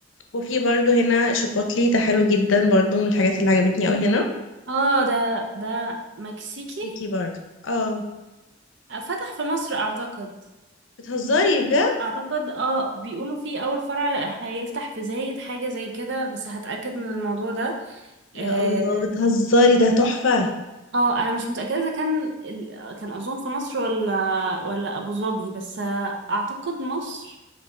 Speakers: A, on the left; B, on the right.
A: وفي برضو هنا شيبوتلي ده حلو جدا برضو من الحاجات اللي عجبتني قوي هنا
B: اه ده ده مكسيكي
A: مكسيكي برضو اه
B: فتح في مصر أعتقد
A: بتهزري بجد
B: أعتقد اه بيقولوا فيه أول فرع هيفتح في زايد حاجة زي كده بس هتأكد من الموضوع ده
A: يا
B: آه،
A: الله بتهزري ده تحفة
B: اه انا مش متاكده اذا كان ال... كان اظن في مصر ولا ولا ابو ظبي بس اعتقد مصر